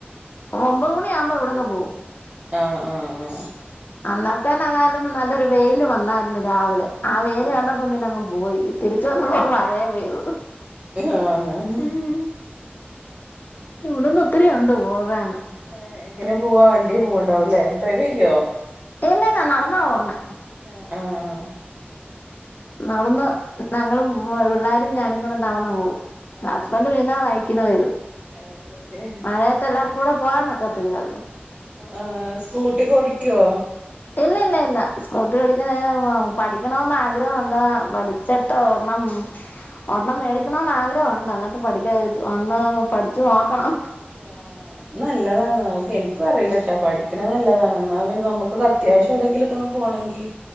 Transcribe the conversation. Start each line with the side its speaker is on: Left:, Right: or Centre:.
Left: ഒമ്പത് മണി ആവുമ്പോ ഇവിടന്ന് പോവും.
Right: ആ ആ ആ
Left: അന്നേരത്തെന്നെ അതായാലും, നല്ലൊരു വെയ്ൽ വന്നായിരുന്നു രാവിലെ. ആ വെയ്ൽ
Right: ആഹ്
Left: കണ്ടപ്പോ പിന്നെ അങ്ങ് പോയി. തിരിച്ചു വന്നപ്പോ മഴയും പെയ്തു.
Right: ആഹ ആഹ്
Left: ഉം ഇവിടുന്ന്
Right: വേറെന്തൊക്കെ?
Left: ഒത്തിരി ഉണ്ട് പോകാന്
Right: ഏ എങ്ങനെ പോവാ വണ്ടി <inaudible> യ്യ് പോവ്ണ്ടാവുംല്ലേ, ഡ്രൈവ് ചെയ്യോ?
Left: ഇല്ല ഇല്ല, നടന്നാപോവുന്ന്.
Right: ആഹ് ആഹ
Left: നടന്ന് ഞങ്ങളും മ്മ്, പിള്ളാരും, ഞാനും കൂടെ നടന്നു പോകവും.
Right: ആഹ്
Left: ഹസ്ബൻഡ
Right: ആഹ്
Left: വന്നാ വയിക്കന വരു
Right: അത് ശരി
Left: മഴയത്ത് എല്ലാർകും കൂടെ പോവാനോക്കത്തില്ലല്ലോ.
Right: ആ സ്കൂട്ടി ഒക്കെ ഓടിക്കോ?
Left: ഇല്ല ഇല്ല ഇല്ല, സ്കൂട്ടി <unintelligible> പഠിക്കണന്ന് ആഗ്രഹം ഉണ്ടെടാ. പഠിച്ചിട്ടേണം ഒരെണ്ണം മേടിക്കണോന്ന് ആഗ്രഹംഉണ്ട്. എന്നിട്ട് പഠിക്കരുതി. ഒന്ന് പഠിച്ച് നോക്കണം.
Right: ഇ ആ ആ നല്ലതാണ്. നമുക്ക്, എനിക്കും അറിയില്ലട്ടാ. പഠിക്കണ നല്ലതാണ് എന്നാൽ പിന്നെ നമുക്ക് ഒക്കെ അത്യാവശം എവിടെങ്കിലൊക്കൊന്ന് പോണെങ്കി